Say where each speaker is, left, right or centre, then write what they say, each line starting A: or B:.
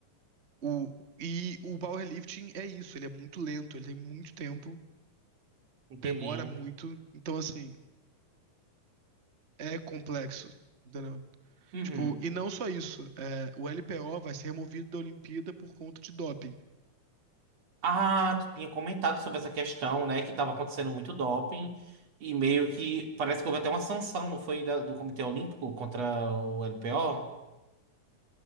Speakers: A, on the right; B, on the right.
A: o, e o powerlifting é isso, ele é muito lento, ele tem muito tempo,
B: Entendi.
A: demora muito. Então, assim, é complexo, entendeu?
B: Uhum.
A: Tipo, e não só isso, é, o LPO vai ser removido da Olimpíada por conta de doping.
B: Ah, tu tinha comentado sobre essa questão, né? Que estava acontecendo muito doping e meio que parece que houve até uma sanção, não foi? da- do Comitê Olímpico contra o LPO?